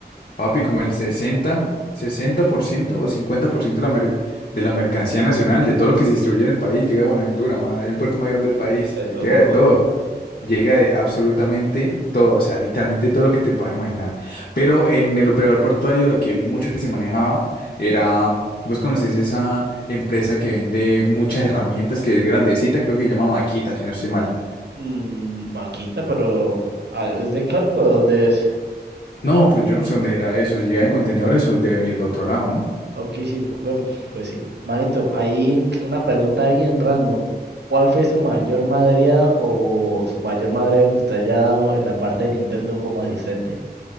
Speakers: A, on the left; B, on the right.
A: papi, como el sesenta, sesenta por ciento o 50% de la, mer- de la mercancía nacional, de todo lo que se distribuye en el país, llega a Buenaventura, mano. Es el puerto más grande del país.
B: Eso
A: Llega
B: es verdad.
A: de todo. Llega de absolutamente todo. O sea, literalmente todo lo que te puedas imaginar. Pero en el operador portuario lo que vi mucho que se manejaba era... Vos conocés esa empresa que vende muchas herramientas, que es grandecita, creo que se llama Maquita, si no estoy mal.
B: Mm, Maquita, pero ah, ¿es de Cali o de dónde es?
A: No, pues yo no sé dónde era eso, si llega en contenedores o debe venir de otro lado, ¿no?
B: Ok, sí, bueno, pues sí. Manito, ahí una pregunta bien random. ¿Cuál fue su mayor madreada o su mayor madreo que usted haya dado en la parte de Nintendo como asistente?